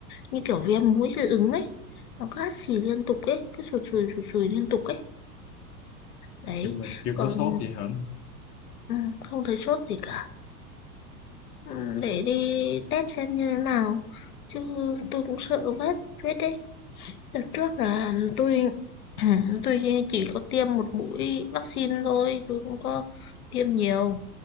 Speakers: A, on the left; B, on the left.
A: như kiểu viêm mũi dị ứng ấy nó cứ hắt xì liên tục ấy cứ sụt sùi sụt sùi liên tục ấy đấy
B: nhưng mà chưa
A: còn
B: có sốt gì hả
A: ừ, không thấy sốt gì cả ừ, để đi test xem như thế nào chứ tôi cũng sợ vết vết đấy Đợt trước là tôi <clears throat> tôi chỉ có tiêm một mũi vaccine thôi, tôi không có tiêm nhiều.